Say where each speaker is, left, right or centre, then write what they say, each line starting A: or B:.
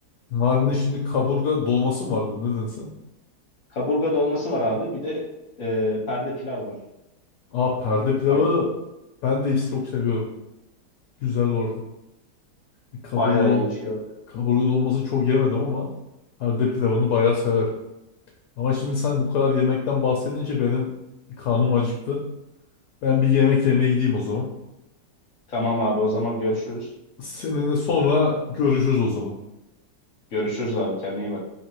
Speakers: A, on the left; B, on the left.
A: Mardin'in şimdi kaburga dolması mı vardı? Ne dedin sen?
B: Kaburga dolması var abi bir de e, perde pilav var.
A: Aa, perde pilavı
B: Ay,
A: ben de çok seviyorum. Güzel bu arada. E, Kaburga,
B: bayağı
A: do
B: iyi bir şey abi.
A: kaburga dolmasını çok yemedim ama perde pilavını bayağı severim. Ama şimdi sen bu kadar yemekten bahsedince benim bir karnım acıktı. Ben bir yemek yemeye gideyim o zaman.
B: Tamam abi o zaman görüşürüz.
A: Seninle sonra görüşürüz o zaman.
B: Görüşürüz abi kendine iyi bak.